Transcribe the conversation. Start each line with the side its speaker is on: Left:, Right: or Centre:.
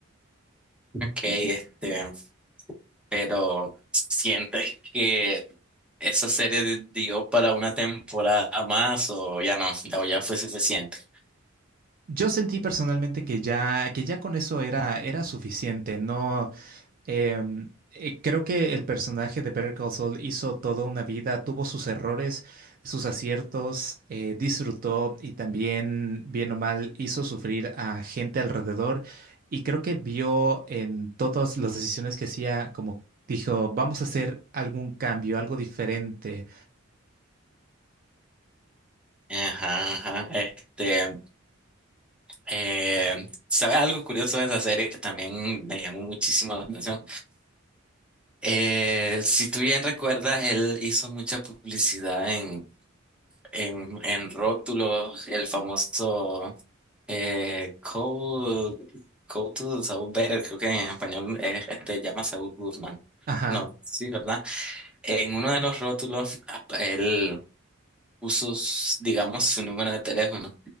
Centre: Ok, este, pero ¿sientes que esa serie di- dio para una temporada más o ya no, o ya fue suficiente?
Right: Yo sentí personalmente que ya que ya con eso era era suficiente, no Em, eh, creo que el personaje de Better Call Saul hizo toda una vida, tuvo sus errores, sus aciertos, eh, disfrutó y también, bien o mal, hizo sufrir a gente alrededor. Y creo que vio en todas las decisiones que hacía, como dijo, vamos a hacer algún cambio, algo diferente.
Centre: Ajá, ajá, este, eh, ¿sabes algo curioso de esa serie que también me llamó muchísimo la atención? Eh, si tú bien recuerdas, él hizo mucha publicidad en, en, en rótulos, el famoso eh, Code, Code to Saul Better, creo que en español es, este, llama Saul Goodman.
Right: Ajá.
Centre: No, sí, ¿verdad? En uno de los rótulos, él puso, s- digamos, su número de teléfono